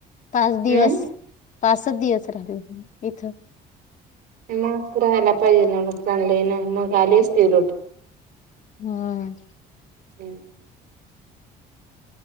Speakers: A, on the left; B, on the right.
A: पाच दिवस
B: हम्म
A: पाचच दिवस राहिली होती इथं
B: मग राहायला पाहिजे ना मग चांगली है ना मग आली असती लोट
A: हम्म.
B: हो.